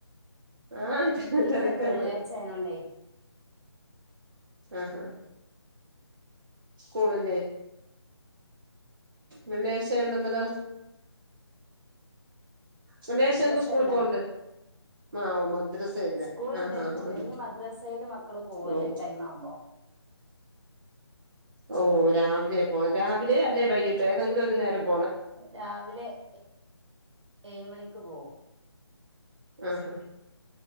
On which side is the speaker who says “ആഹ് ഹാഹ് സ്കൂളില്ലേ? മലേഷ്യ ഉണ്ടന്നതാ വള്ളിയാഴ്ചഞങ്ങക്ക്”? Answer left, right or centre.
Right